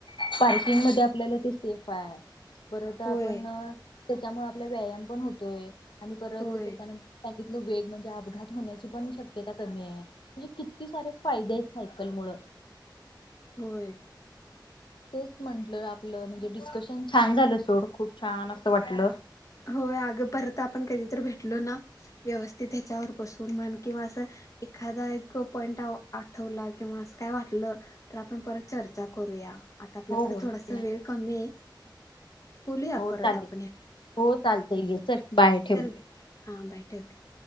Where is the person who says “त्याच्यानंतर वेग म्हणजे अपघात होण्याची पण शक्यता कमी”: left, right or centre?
Left